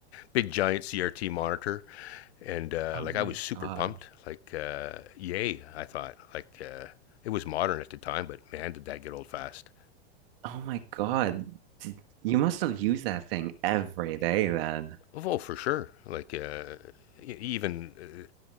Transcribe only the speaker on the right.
Oh
my
God.
Oh my God. Did, you must have used that thing every day then.